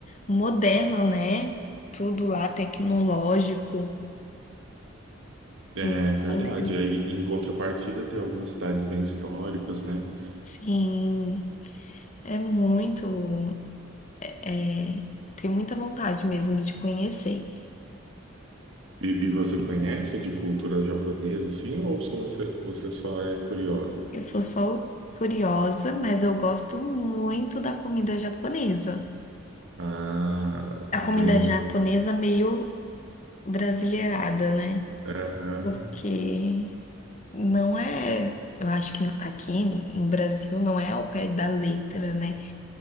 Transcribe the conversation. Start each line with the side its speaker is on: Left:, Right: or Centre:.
Left: moderno, né? Tudo lá tecnológico.
Right: É
Left: Então,
Right: verdade.
Left: eu
Right: Aí, em contrapartida, tem algumas cidades bem históricas, né?
Left: Sim, é muito. É, tenho muita vontade mesmo de conhecer.
Right: E, e você conhece de cultura japonesa, assim, ou só você, você só é curiosa?
Left: Eu sou só curiosa, mas eu gosto muito da comida japonesa.
Right: Ah,
Left: A
Right: entendi.
Left: comida japonesa meio brasileirada, né?
Right: Aham.
Left: Porque não é. Eu acho que aqui no Brasil não é ao pé da letra, né?